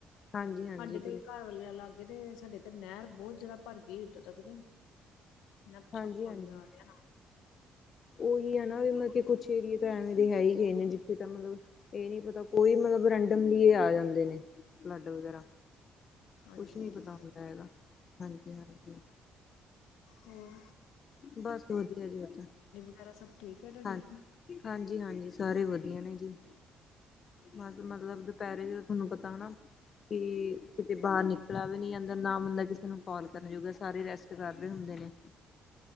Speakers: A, on the left (about 50°); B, on the left (about 85°).
A: ਹਾਂਜੀ ਹਾਂਜੀ
B: ਸਾਡੇ ਤੇ
A: ਬਿਲਕੁਲ।
B: ਘਰ ਵ ਲੱਗਦੇ ਸਾਡੇ ਤੇ ਨਹਿਰ ਬਹੁਤ ਜ਼ਿਆਦਾ ਭਰ ਗਈ ਹੋਈ ਉੱਤੋਂ ਤੱਕ ਤੇ। ਕਿਨਾ ਪਿੱਛੋਂ
A: ਹਾਂਜੀ
B: ਪਾਉਣੀ
A: ਹਾਂਜੀ
B: ਆ ਗਿਆ ਨਾ
A: ਉਹੀ ਹੈ ਨਾ ਵੀ ਮਤਲਬ ਕੁਛ ਏਰੀਏ ਤਾਂ ਐਵੇਂ ਦੇ ਹੈ ਹੀ ਗਏ ਨੇ ਜਿੱਥੇ ਤਾਂ ਮਤਲਬ ਇਹ ਨਹੀਂੀ ਪਤਾ ਕੋਈ ਮਤਲਬ ਰੈਂਡਮਲੀ ਆ ਜਾਂਦੇ ਨੇ ਫਲੱਡ ਵਗੈਰਾ।
B: ਹਾਂਜੀ
A: ਕੁਛ ਨਿ
B: ਹਾਂਜੀ
A: ਪਤਾ ਹੁੰਦਾ ਹੈਗਾ ਹਾਂਜੀ ਹਾਂਜੀ।
B: ਹੋਰ
A: ਬਸ ਵਧੀਆ ਜੀ ਉਹ ਤਾਂ
B: ਯਾਰਾ ਸਭ ਠੀਕ ਹੈ ਤੁਹਾਡੀ।
A: ਹਾਂ ਹਾਂਜੀ ਹਾਂਜੀ ਸਾਰੇ ਵਧੀਆ ਨੇ ਜੀ। ਬਸ ਮਤਲਬ ਦੁਪਹਿਰੇ ਚ ਤਾਂ ਤੁਹਾਨੂੰ ਪਤਾ ਨਾ। ਕਿ ਕਿਤੇ ਬਾਹਰ ਨਿਕਲ ਵੀ ਨੀ ਜਾਂਦਾ ਨਾ ਮੰੰਦਾ ਕਿਸੇ ਨੂੰ। ਕਾਲ ਕਰਨ ਜੋੁਗਾ ਸਾਰੇ ਰੈਸਟ ਕਰ ਰਹੇ ਹੁੰਦੇ ਨੇ